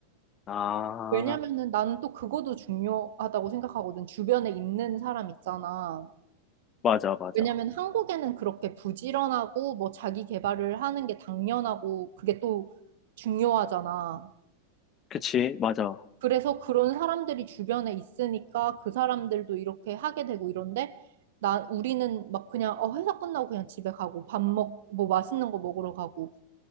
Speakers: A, on the left; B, on the right.
A: 아,
B: 왜냐면은 나는 또 그것도 중요하다고 생각하거든. 주변에 있는 사람 있잖아.
A: 맞아, 맞아.
B: 왜냐면 한국에는 그렇게 부지런하고 뭐 자기 개발을 하는 게 당연하고 그게 또 중요하잖아.
A: 그치, 맞아.
B: 그래서 그런 사람들이 주변에 있으니까 그 사람들도 이렇게 하게 되고 이런데 나 우리는 막 그냥 어 회사 끝나고 그냥 집에 가고 밥 먹 뭐 맛있는 거 먹으러 가고